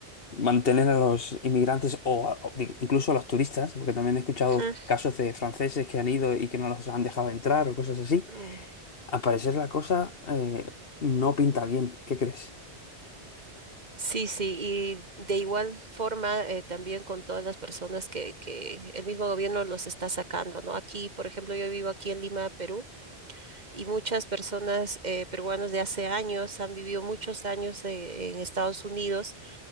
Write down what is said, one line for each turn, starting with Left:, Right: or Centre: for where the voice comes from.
Left: mantener a los inmigrantes o, a- o digo, incluso a los turistas, porque también he escuchado
Right: ujú.
Left: casos de franceses que han ido y que no los han dejado entrar o cosas así.
Right: Uy.
Left: Al parecer la cosa eh, no pinta bien, ¿qué crees?
Right: Sí, sí, y de igual forma eh, también con todas las personas que, que el mismo gobierno los está sacando, ¿no? Aquí, por ejemplo, yo vivo aquí en Lima, Perú, y muchas personas eh, peruanos de hace años han vivido muchos años eh, en Estados Unidos,